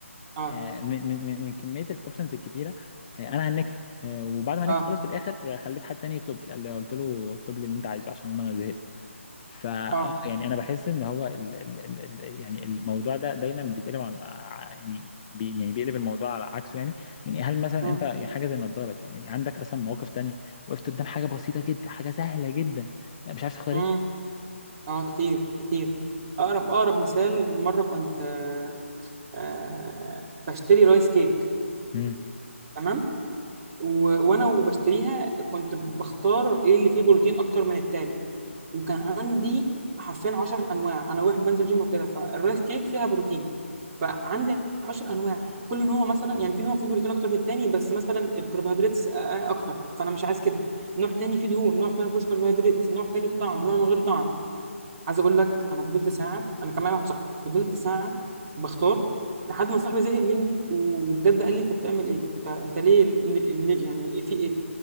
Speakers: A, on the right (about 25°); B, on the left (about 25°).
A: اه
B: آه، من من من من كميه الاوبشنز الكتيره آه، انا هنكت آه، وبعد ما هنكت
A: اه
B: خلص في الاخر آه، خليت حد تاني يطلب لي قال لي قلت له اطلب لي اللي انت عايزه عشان انا زهقت فا
A: اه
B: آه، يعني انا بحس ان هو ال ال ال ال يعني الموضوع ده دايما بيتقلب عن ع- يعني بي يعني بيقلب الموضوع على عكسه يعني يعني هل مثلا
A: اه
B: انت حاجه زي النضاره ده يعني عندك اصلا مواقف تانية وقفت قدام حاجه بسيطه جدا حاجه سهله جدا مش عارف تختار
A: اه,
B: ايه
A: آه كتير كتير اقرب اقرب مثال مره كنت آه آه بشتري رايس كيك
B: مم.
A: تمام و... وانا وبشتريها كنت بختار ايه اللي فيه بروتين اكتر من التاني وكان عندي حرفيا 10 انواع انا واحد بنزل جيم وكده فالرايس كيك فيها بروتين فعندي 10 انواع كل نوع مثلا يعني في نوع فيه بروتين اكتر من التاني بس مثلا الكربوهيدرات س- اكتر فانا مش عايز كده نوع تاني فيه دهون نوع تاني ما فيهوش كربوهيدرات نوع تاني بطعم نوع من غير طعم عايز اقول لك انا فضلت ساعه انا كان معايا واحد صاحبي فضلت ساعه بختار لحد ما صاحبي زهق مني وبجد قال لي انت بتعمل ايه انت انت ليه, ليه, ليه يعني في ايه